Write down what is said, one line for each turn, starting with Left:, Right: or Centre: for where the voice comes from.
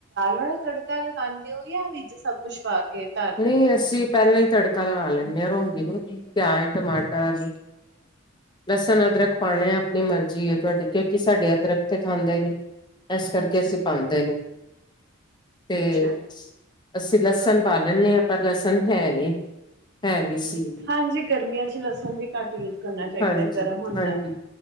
Right: ਵਾਲਾ ਤੜਕਾ ਲਗਾਉਂਦੇ ਹੋ ਯਾ ਵਿੱਚ ਸਭ ਕੁਛ ਪਾ ਕੇ। ਧਰ
Left: ਨਹੀਂ
Right: ਦਿੰਦੇ
Left: ਅਸੀਂ ਪਹਿਲਾਂ ਤੜਕਾ ਲਗਾ ਲੈਂਦੇ ਹਾਂ ਰੋਂਗੀ ਨੂੰ ਪਿਆਜ, ਟਮਾਟਰ, ਲਸਣ, ਅਦਰਕ ਪਾਉਣੇ ਆਪਣੀ ਮਰਜ਼ੀ ਤੁਹਾਡੀ ਕੀ ਸਾਡੇ ਅਦਰੱਖ ਤੇ ਖਾਂਦੇ ਨਹੀ। ਇਸ ਕਰਕੇ
Right: ਹੋ ਅੱਛਾ
Left: ਅਸੀਂ
Right: ਜੀ
Left: ਪਾਉਂਦੇ ਨਹੀਂ ਤੇ
Right: ਅੱਛਾ ਜੀ
Left: ਅਸੀਂ ਲਸਣ ਪਰ ਲਸਣ ਹੈ ਨੀ, ਹੈ ਨੀ। ਸੀ
Right: ਹਾਂਜੀ ਗਰਮੀਆਂ ਚ ਲਸਣ ਵੀ ਘੱਟ ਕਰਨਾ ਚਾਹੀਦਾ
Left: ਹਾਂਜੀ-ਹਾਂਜੀ,
Right: ਗਰਮ ਹੁੰਦਾ